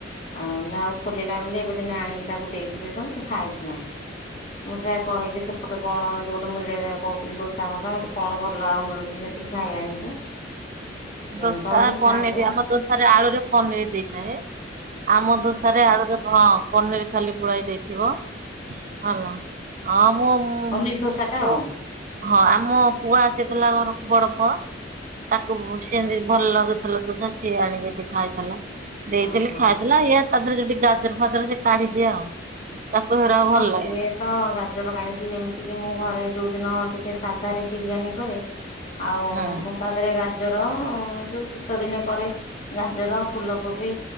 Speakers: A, on the left; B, on the right.
A: ଅ ଯାହା ହୋଉ ଖୋଲିଲା ବୋଲି ଏବେ ଦିନ ଆଣିକି ତାକୁ ଦେଇଥିଲେ ତ ସେ ଖାଇଥିଲା। ମୁଁ ସେ କହିଲି ସେପଟେ କଣ ଯୋଉଠୁ ମିଳେ କହୁ ଫୁଣି ଦୋସା ଫସା ମି କଣ ଭଲ ଆଉ ମିଳୁଛି ସେଠିକି ଖାଇବା ଜିନିଷ? ବେନ୍ଦ
B: ଦୋସା
A: ଗୋଟେ
B: ପନିର
A: ଖାଇବା ହୁଁ
B: ଆମ ଦୋସରେ ଆଳୁରେ ପନିର ଦେଇଥାଏ ଆମ ଦୋସ ସ ଆଳୁ ହଁ ପନିର ଖାଲି ପୁଳାଏ ଦେଇଥିବ ହାଲୋ ହଁ ମୁଁ
A: ପନିର୍ ଦୋସାଟା
B: ପୁଅ
A: ଆଉ।
B: ହଁ ଆମ ପୁଅ ଆସିଥିଲା ଘରକୁ ବଡ ପୁଅ ତାକୁ ସେମତି
A: ଉଁ,
B: ଭଲ ଲାଗୁଥିଲା ଦୁଷା ସିଏ ଆଣିକିରି ଖାଇଥିଲା ଦେଇଥିଲି
A: ଓହୋ
B: ଖାଇଥିଲା। ଇ ତାଥିରେ ଯଉଠି ଗାଜର ଫାଜର ସେ କାଢିଦିଏ ଆଉ। ତାକୁ ହେରା ଭଲ
A: ହଁ ସିଏ
B: ଲାଗେ।
A: ତ ଗାଜର କାଢିଦିଏ। ଏମିତି କି ମୁଁ ଘରେ ଯୋଉଦିନ ଟି ଟିକେ ସାଧରେ ବିରିୟାନୀ କରେ। ଆଉ
B: ହୁଁ
A: ମୁଁ ତା ଦେରେ ଗାଜର ଯୋଉ ଶୀତ ଦିନେ କରେ। ଗାଜର ଫୁଲକୋବି